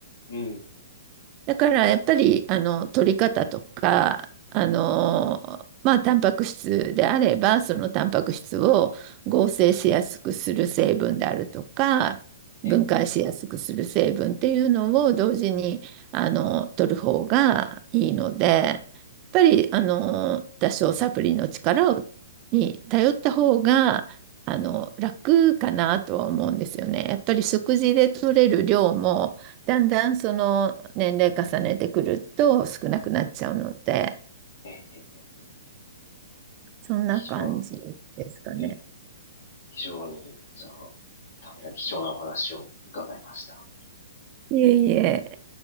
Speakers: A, on the left (about 65°); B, on the right (about 30°).
A: うん、うんうん
B: だからやっぱりあの取り方とかあのまあタンパク質であればそのタンパク質を合成しやすくする成分であるとか分解しやすくする成分っていうのを同時にあの取る方がいいのでやっぱりあの多少サプリの力をに頼った方があの楽かなとは思うんですよね。
A: ええ、
B: やっぱり食事で取れる量もだんだんその年齢重ねてくると少なくなっちゃうので、
A: ええ、ええ、ええ
B: そんな感じですかね。
A: 非常、ええ、非常に、その、ための貴重なお話を伺いました。
B: いえいえ。